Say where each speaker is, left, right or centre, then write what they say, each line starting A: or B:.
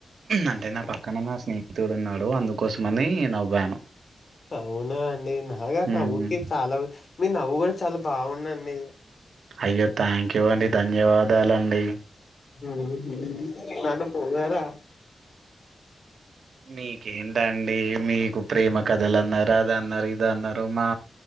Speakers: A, on the right (about 75°); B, on the left (about 45°).
A: అంటే నా పక్కన నా స్నేహితుడు ఉన్నాడు అందుకోసమని నవ్వాను
B: అవునా అండి నాగ
A: ఉమ్.
B: నవ్వుకి చాలా మీ నవ్వు కూడా చాలా బాగుందండి
A: అయ్యో థ్యాంక్ యూ అండి ధన్యవాదాలండి
B: <unintelligible> నన్ను పోగిడారా.
A: మీకేంటండి మీకు ప్రేమ కథలు అన్నారు, అద అన్నారు, ఇది అన్నారు మా